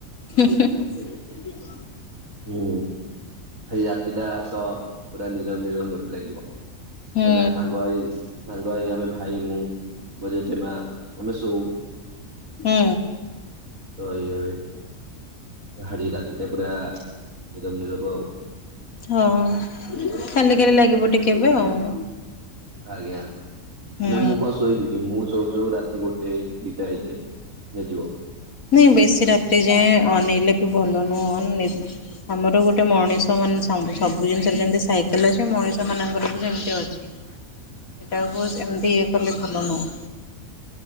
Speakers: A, on the left; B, on the right.
A: ହୁଁ ହୁଁ।
B: ହୁଁ ଆଜି ରାତିଟା ତ ପୁରା ନିରବ ନିରବ ମତେ ଲାଗିବ। କାଇଁନା
A: ହୁଁ
B: ସାଙ୍ଗ ହେଇ ସାଙ୍ଗ ହେଇ ଆମେ ଭାଇ, ମୁଁ, ମୋ ଜେଜେମା ଆମେ ଶୋଉ।
A: ହୁଁ।
B: ତ ଏଇ ଭଳି ଆଜି ରାତିଟା ପୁରା ନିରବ ନିରବ ଆଉ।
A: ହଁ ଖାଲି ଖାଲି ଲାଗିବ ଟିକେ ଏବେ ଆଉ।
B: ଆଜ୍ଞା,
A: ହୁଁ
B: ନା ମୁଁ କଣ ଶୋଇବି କି ମୁଁ ଶୋଉ ଶୋଉ ରାତି ଗୋଟେ, ଦିଟା ହେଇଯାଏ ହେଇଯିବ।
A: ନାଇଁ ବେଶୀ ରାତ୍ରି ଯାଏଁ ଅନେଇଲେ ବି ଭଲ ନୁହଁ, ନି ଆମର ଗୋଟେ ମଣିଷ ମାନ ସମ୍ବୁ ସବୁ ଜିନିଷରେ ଯେମତି ସାଇକଲୋଜି, ମଣିଷ ମାନଙ୍କର ବି ସେମିତି ଅଛି। ସେଟାକୁ ଏମିତି ଇଏ କଲେ ଭଲ ନୁହଁ।